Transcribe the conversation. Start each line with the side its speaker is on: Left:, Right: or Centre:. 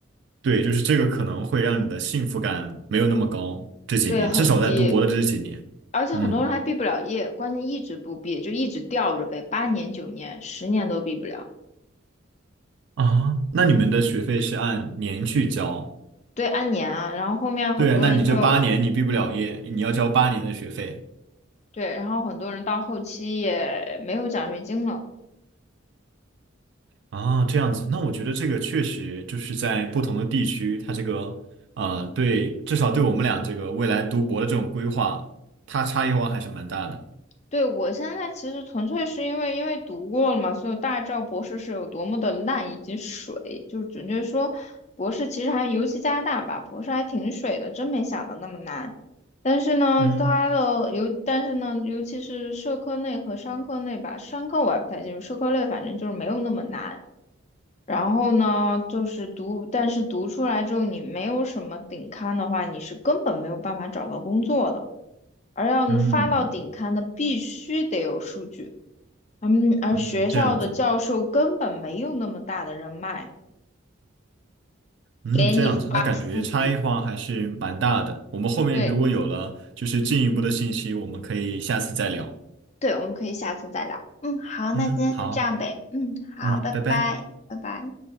Right: 对，就是这个可能会让你的幸福感没有那么高，这几年，
Left: 对，很低，
Right: 至少在读博的这几年。
Left: 而且很多人还毕不了业，
Right: 嗯
Left: 关键一直不毕，就一直吊着呗，八年、九年、十年都毕不了。
Right: 啊，那你们的学费是按年去交？
Left: 对，按年啊，然后后面很多人就
Right: 对啊，那你这八年你毕不了业，你要交八年的学费
Left: 对，然后很多人到后期也没有奖学金了。
Right: 啊，这样子。那我觉得这个确实就是在不同的地区，它这个呃，对，至少对我们俩这个未来读博的这种规划，它差异化还是蛮大的。
Left: 对，我现在其实纯粹是因为因为读过了嘛，所以大家知道博士是有多么的烂以及水，就准确说，博士其实还尤其加拿大吧，博士还挺水的，真没想到那么难。但是呢，
Right: 嗯
Left: 它的尤但是呢，尤其是社科类和商科类吧，商科我也不太清楚，社科类反正就是没有那么难。然后呢，就是读，但是读出来之后你没有什么顶刊的话，你是根本没有办法找到工作的。而要发到顶刊的必须得有数据，
Right: 嗯。
Left: 嗯，而学校的教授根本没有那么大的人脉
Right: 嗯，这样子，嗯，
Left: 给你发数据。
Right: 这样子，那感觉差异化还是蛮大的。我们后面如果有了就是进一步的信息，
Left: 对
Right: 我们可以下次再聊。
Left: 对，我们可以下次再聊。嗯，好，那今天就这样呗。
Right: 嗯，好，
Left: 嗯，好，
Right: 嗯，
Left: 拜拜，
Right: 拜拜。
Left: 拜拜。